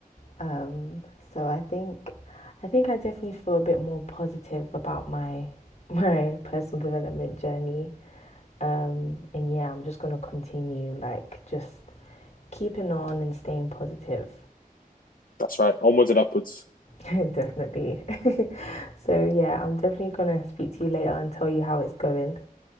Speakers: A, on the left; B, on the left.
A: Um, so I think I think I definitely feel a bit more positive about my <laughs> my personal development journey. Um, and yeah, I'm just gonna continue like just keeping on and staying positive.
B: that's right onwards and upwards
A: <laughs> definitely. So yeah, I'm definitely gonna speak to you later and tell you how it's going.